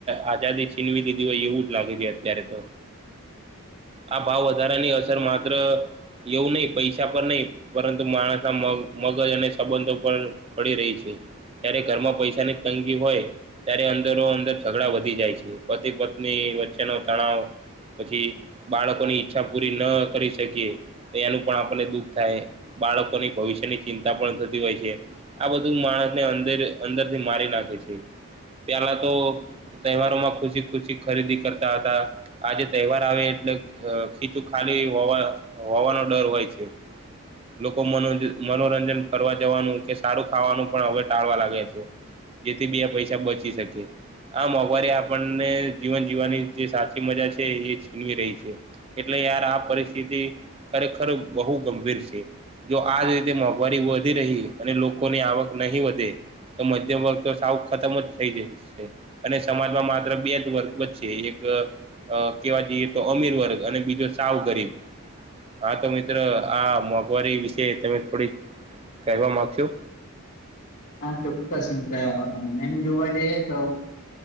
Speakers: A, on the right (about 25°); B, on the left (about 35°).
A: આઝાદી છીનવી લીધી હોય એવું જ લાગે છે. અત્યારે તો. આ ભાવ વધારાની અસર માત્ર એવું નહીં પૈસા પર નહીં, પરંતુ માણસ, મગજ અને સંબંધો પર પડી રહી છે. જય્યારે ઘરમાં પૈસાની તંગી હોય, ત્યારે અંદરો-અંદર ઝઘડા વધી જાય છે, પતિ-પત્ની ની વચ્ચેનો તણાવ. પછી બાળકોની ઈચ્છા પૂરી ન કરી શકીએ, તો એનું પણ આપ આપને દુઃખ થાય બાળકોની ભવિષ્યની ચિંતા પણ થતી હોય છે. આ બધું માણસને અંદર-અંદર થી મારી નાખે છે પેલા તો તહેવારો માં ખુશી-ખુશી ખરીદી કરતા હતા. આજે તહેવાર આવે એટલે ખીચું ખાલી હોવા હોવાનો ડર હોય છે. એકમ <unintelligible> લોકોનો મનોરંજન કરવા જવાનું કે સારું ખાવાનું પણ હવે ટાળવા લાગે છે. જેથી બી આ પૈસા બચી શકે. આ મોંઘવારી આપણને જીવન જીવવાની જે સાચી મજા છે એ છીનવી રહી છે. એટલે યાર આ પરિસ્થિતિ ખરેખર બહુ ગંભીર છે. જો આજ રીતે મોંઘવારી વધી રહી અને લોકોની આવક નહીં વધે. તો મધ્યમ વર્ગ તો સાવ ખતમ જ થઈ જાય છે. અને સમાજમાં માત્ર બે જ વર્ગ વચ્ચે એક અ કેવા જઈએ તો, અમીર વર્ગ અને બીજો સાવ ગરીબ. હા, તમે મિત્ર આ મોંઘવારી વિશે તમે થોડીક કહેવા માગશો?
B: હા, ચોક્કસતા એમ જોવા જઈએ તો.